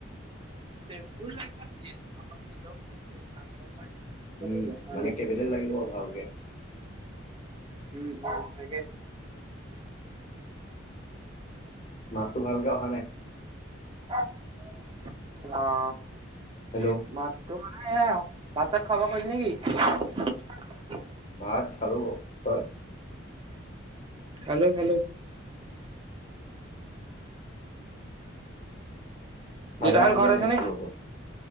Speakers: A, on the right; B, on the left.
A: <unintelligible> হ'ব দিয়া। মালিক যদি
B: উম, মানে
A: কৰি
B: কেপিটেল লাগিব
A: থাকিলে
B: ভালকে।
A: ৰক্ষা উম - উম, তাকে।
B: মাতটো ভালকে অহা নাই।
A: অ' মাতটো অ',
B: হেল্ল'
A: ভাত-চাত খোৱা-বোৱা কৰিলি নেকি?
B: ভাত খালোঁ বাৰু। তই?
A: খালোঁ - খালোঁ।
B: ফাদাৰ
A: দেটাহঁত
B: আহিলে
A: ঘৰত
B: নাই
A: আছে
B: স্কুলৰ
A: নে?
B: পৰা?